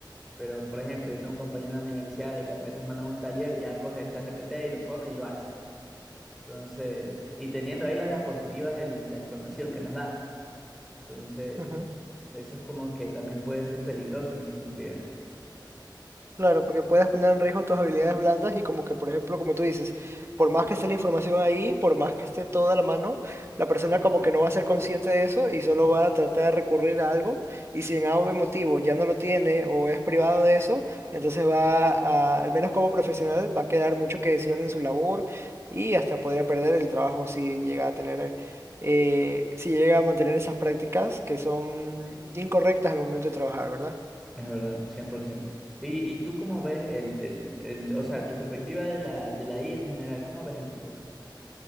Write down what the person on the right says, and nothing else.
<laughs>
Claro, porque puedes poner en riesgo tus habilidades blandas y como que, por ejemplo, como tú dices, por más que esté la información ahí, por más que esté toda a la mano, la persona como que no va a ser consciente de eso y solo va a tratar de recurrir a algo y si en A o B motivo ya no lo tiene o es privado de eso, entonces va a, al menos como profesional, va a quedar mucho que desear en su labor y hasta podría perder el trabajo si llega a tener, eh, si llega a mantener esas prácticas que son incorrectas al momento de trabajar, ¿verdad?